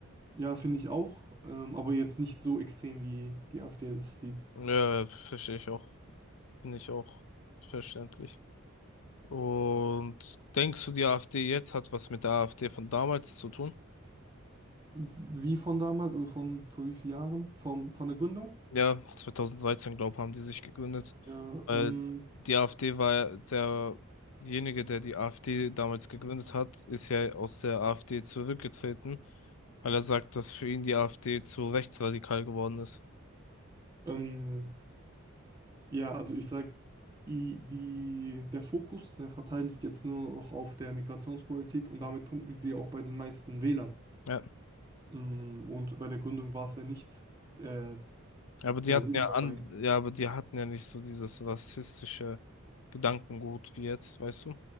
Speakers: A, on the right; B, on the left.
A: Ja, finde ich auch, ähm, aber jetzt nicht so extrem, wie die AfD das sieht.
B: Ja, verstehe ich auch. Finde ich auch verständlich. Und denkst du, die AfD jetzt hat was mit der AfD von damals zu tun?
A: Wie von damals, also von vor wie vielen Jahren? Vom, von der Gründung?
B: Ja, 2013, glaube ich haben die sich gegründet.
A: Ja,
B: Weil
A: ähm,
B: die AfD war ja derjenige, der die AfD damals gegründet hat, ist ja aus der AfD zurückgetreten, weil er sagt, dass für ihn die AfD zu rechtsradikal geworden ist.
A: ähm, ja, also ich sag, die, die, der Fokus der Partei liegt jetzt nur noch auf der Migrationspolitik und damit punkten sie auch bei den meisten Wählern.
B: Ja,
A: Mm, Und bei der Gründung war es ja nicht äh,
B: aber die
A: der
B: hatten
A: Sinn
B: ja
A: dabei.
B: an, ja, aber die hatten ja nicht so dieses rassistische Gedankengut wie jetzt, weißt du?